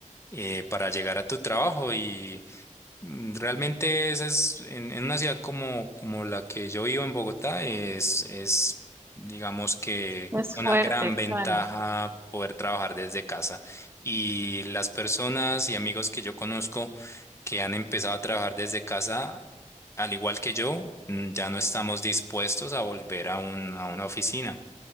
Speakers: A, on the left (about 20°); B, on the right (about 20°).
A: eh, para llegar a tu trabajo y Mm, Realmente esa es, en, en una ciudad como, como la que yo vivo en Bogotá, es, es, digamos que
B: Es
A: una
B: fuerte,
A: gran ventaja
B: claro.
A: poder trabajar desde casa. Y las personas y amigos que yo conozco que han empezado a trabajar desde casa, al igual que yo, mm, ya no estamos dispuestos a volver a un, a una oficina.